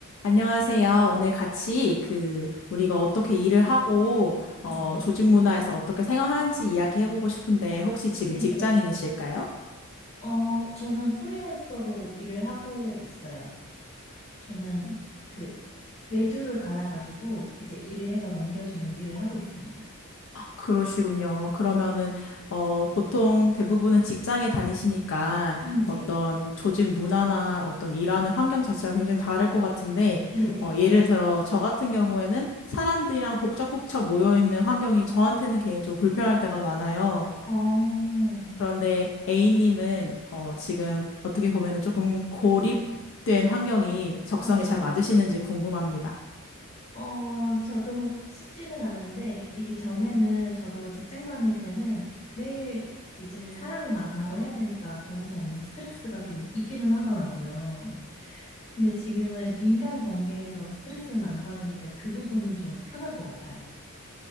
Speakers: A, on the left (about 60°); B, on the left (about 30°).
A: 안녕하세요. 오늘 같이 그 우리가 어떻게 일을 하고
B: 네.
A: 어 조직 문화에서 어떻게 생활하는지 이야기해 보고 싶은데 혹시 지금
B: 네네.
A: 직장인이실까요?
B: 어, 저는 프리랜서로 일을 하고 있어요. 저는 그 외주를 받아가지고 이제 일을 해서 넘겨주는 일을 하고 있습니다.
A: 그러시군요. 그러면은 어 보통 대부분은 직장에 다니시니까
B: 음, 네.
A: 어떤 조직 문화나 어떤 일하는 환경 자체가 굉장히 다를 것 같은데
B: 네네.
A: 어 예를 들어 저 같은 경우에는 사람들이랑 복작복작 모여 있는 환경이 저한테는 개인적으로 불편할 때가 많아요.
B: 어, 어,
A: 그런데 A님은 어, 지금 어떻게 보면은 조금 고립된 환경이 적성에
B: 네네.
A: 잘 맞으시는지 궁금합니다.
B: 어, 저도 <laughs> 쉽지는 않은데, 이게 전에는 저도 직장 다닐 때는 매일 이제 사람을 만나고 해야 되니까 거기서 오는 스트레스가 좀 있기는 하더라고요. 근데 지금은 인간관계에서 스트레스는 안 받으니까 그 부분은 좀 편한 것 같아요.